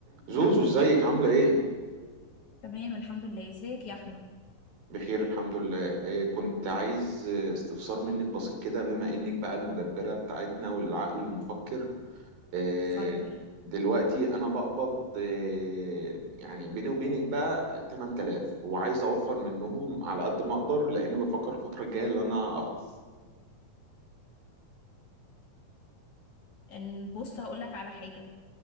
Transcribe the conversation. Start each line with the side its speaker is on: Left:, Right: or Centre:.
Right: زوزو ازيك عاملة ايه؟
Left: تمام الحمد لله ازيك يا احمد
Right: بخير الحمد لله إيه كنت عايز آه، استفسار منك بسيط كده بما انك بقى المدبرة بتاعتنا والعقل المفكر إيه
Left: اتفضل
Right: دلوقتي انا بقبض إيه يعني بيني وبينك بقى 8000 وعايز اوفر منهم على قد ما اقدر لان بفكر الفترة الجاية اللي انا اخطب
Left: ان بص هقول لك على حاجه